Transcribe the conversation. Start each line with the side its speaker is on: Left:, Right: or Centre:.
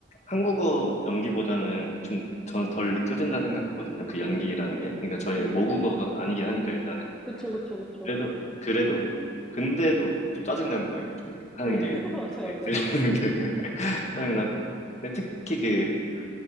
Left: 한국어 연기보다는 좀 저는 덜 느껴진다 생각하거든요.
Centre: 음, 음,
Left: 그 연기라는
Centre: 음.
Left: 게. 그러니까 저희가
Centre: 네네.
Left: 모국어가 아니긴 하니까 일단은
Centre: 그쵸, 그쵸, 그쵸.
Left: 그래도 그래도 근데도 좀 짜증 나는 거예요. 이제 하는
Centre: 네.
Left: 게
Centre: <laughs> 맞아,
Left: 그게
Centre: 맞아,
Left: 들리는
Centre: 맞아.
Left: 게 <laughs> 짜증 나고. 근데 특히 그